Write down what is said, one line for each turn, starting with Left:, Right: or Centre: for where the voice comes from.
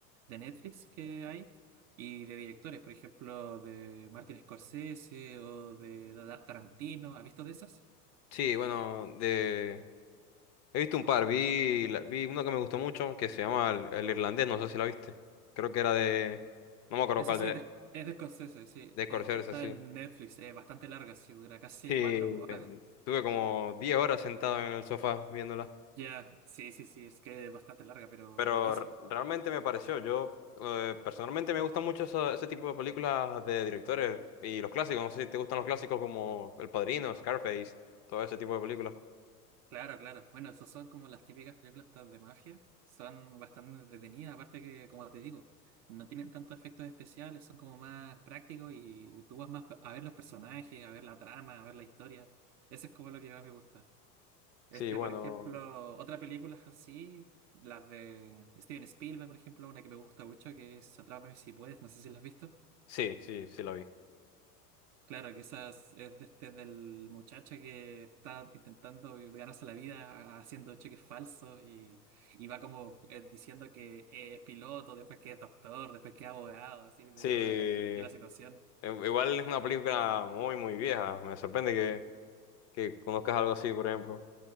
Right: de Netflix que hay. Y de directores, por ejemplo, de Martin Scorsese o de Tarantino, ¿has visto de esas?
Left: Sí, bueno, de... He visto un par, vi, la- vi uno que me gustó mucho, que se llama El, el Irlandés, no sé si la viste. Creo que era de, no me acuerdo
Right: Eso
Left: cuál,
Right: sí,
Left: de,
Right: es de, es de Scorsese, sí.
Left: de Scorsese,
Right: Esta está
Left: sí.
Right: en Netflix, es bastante larga, sí, dura casi
Left: Y
Right: cuatro horas.
Left: tuve como 10 horas sentado en el sofá viéndola.
Right: Ya, sí, sí, sí, es que es bastante larga, pero
Left: Pero
Right: buenísimo.
Left: r- realmente me pareció, yo eh, personalmente me gusta mucho esa- ese tipo de películas de directores y los clásicos, no sé si te gustan los clásicos como El Padrino, Scarface, todo ese tipo de películas.
Right: Claro, claro. Bueno, esas son como las típicas películas estas de mafia. Son bastante entretenidas, aparte que, como te digo, no tienen tantos efectos especiales, son como más prácticos y tú vas más a ver los personajes, a ver la trama, a ver la historia. Eso es como lo que más me gusta. Este,
Left: Sí, bueno,
Right: por ejemplo, otras películas así, las de Steven Spielberg, por ejemplo, una que me gusta mucho, que es Atrápame si puedes, no sé si la has visto.
Left: sí, sí, sí la vi.
Right: Claro, que esas es es de este del muchacho que está intentando ganarse la vida haciendo cheques falsos y, y va como eh, diciendo que es piloto, después que es doctor, después que es abogado, así dependiendo
Left: Sí, eh,
Right: de la, de la situación.
Left: igual es una película muy, muy vieja, me sorprende que... que conozcas algo así, por ejemplo.